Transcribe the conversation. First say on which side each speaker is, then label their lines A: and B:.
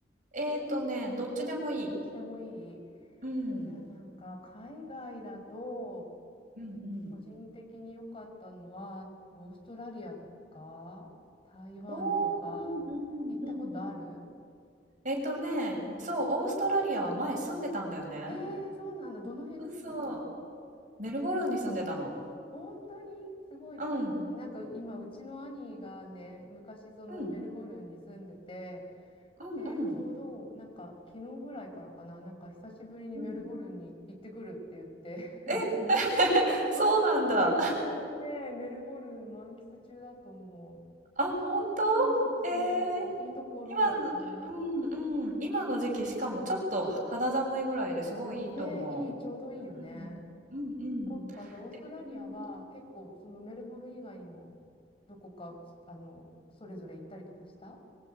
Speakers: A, on the right; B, on the left.
A: えーとね、どっちでもいい。
B: うんどっちでもいいい
A: うん。
B: や、なんか、海外だと、
A: うん、うん。
B: 個人的に良かったのは、オーストラリアとか、台湾とか、
A: おー、うんうんうん
B: 行ったことある
A: えーとね、
B: うん
A: そう、オーストラリアは前住んでたんだよね。
B: えー、そうなんだ。どの辺に住んでたの
A: うんそう、メルボルンに住んでたの。
B: あ、本当にすごいタイムリー。
A: うん、
B: なんか今、うちの兄がね、昔そのメルボルンに住んでて、
A: うん、うん、
B: で、ちょうど、
A: うん。
B: なんか、昨日ぐらいからかな、なんか、久しぶりにメルボルンに行ってくるって言って、
A: うん
B: <laughs> なんか今、
A: え、
B: そうそう、
A: そうなんだ。
B: そう今ちょうどね、メルボルン満喫中だと思う。
A: <laughs> あ、本当？
B: そうそうそうそう、
A: えー
B: いいところだよね。
A: 今の、うんうん、今の時期しかもちょっと肌寒いぐらいですごいいいと思
B: ね、いい、ちょうどいいよね。
A: う。うん、うんうん。
B: そっか、じゃあ、オーストラリアは結構、
A: うん。
B: そのメルボルン以外にも、どこか、あの、それぞれ行ったりとかした